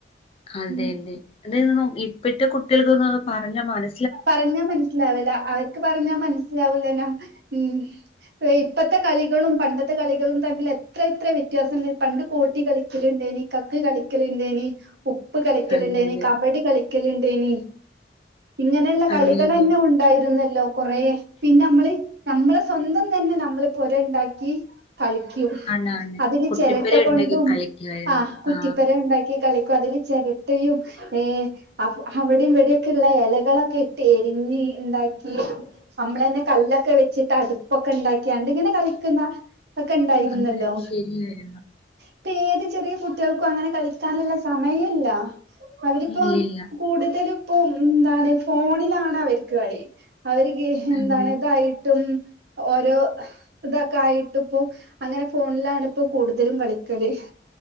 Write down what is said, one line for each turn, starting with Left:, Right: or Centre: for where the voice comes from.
Left: അതെതെ
Right: ഉം
Left: <unintelligible> ഇപ്പത്തെ കുട്ടികൾക്ക് ന്നെഅത് പറഞ്ഞ മന
Right: പറഞ്ഞാ മനസ്സിലാവില്ല അവർക്ക് പറഞ്ഞ മനസ്സിലാവൂല ല്ലോ ഉം. ഇപ്പത്തെ കളികളും പണ്ടത്തെ കളികളും തമ്മിൽ എത്ര എത്ര വ്യത്യാസണ്ട് പണ്ട് കോട്ടികളി ല് ണ്ടേനി കക്ക് കളിക്കല് ണ്ടേനി ഉപ്പ് കളിക്കല്ണ്ടേനി
Left: അത് തന്നെ
Right: കബഡി കളിക്കല്ണ്ടേനി ഇങ്ങനെള്ള കളികളന്നെ
Left: അത് തന്നെ
Right: ഉ ഉണ്ടായിരുന്നല്ലോ കൊറേ പിന്നെ മ്മള് ഞമ്മള് സ്വന്തം തന്നെ നമ്മള് പൊര ഉണ്ടാക്കി കളിക്കും
Left: ആണാണ്
Right: അതില്
Left: കുട്ടിപ്പര
Right: ചേരട്ട കൊണ്ടും
Left: ഉണ്ടാക്കി കളിക്കുമായിരുന്നു
Right: ആഹ് കുറ്റിപ്പര
Left: ആ
Right: ഉണ്ടാക്കി കളി അതില് ചേരട്ടയും ഏ അവ് അവിടേം ഇവിടേം ക്കേള്ള യല കളൊക്കെ ഇട്ട് എരിഞ്ഞ് ണ്ടാക്കീ നമ്മളന്നെ കല്ലൊക്കെ വെച്ചിട്ട് അടുപ്പൊക്കെണ്ടാക്കിയാണ്ട് ഇങ്ങനെ കളിക്ന്നാ ഒക്കെ ണ്ടായിരുന്നല്ലോ.
Left: അത് ശരിയായിരുന്നു
Right: ഇപ്പ ഏത് ചെറിയ കുട്ട്യാൾക്കും അങ്ങനെ കളിക്കാന്ള്ള സമയല്ല. അവരിപ്പോ
Left: ഇല്ലില്ല
Right: കൂടുതല് പ്പൊ എന്താണ് ഫോണിലാണ് അവർക്ക് കളി. അവര് ഇ എന്താണ്
Left: അതെ
Right: ഇതായിട്ടും ഓരോ ഇതൊക്കെ ആയിട്ടും പ്പൊ അങ്ങനെ ഫോൺലാണ്പ്പോ കൂടുതലും കളിക്കല്.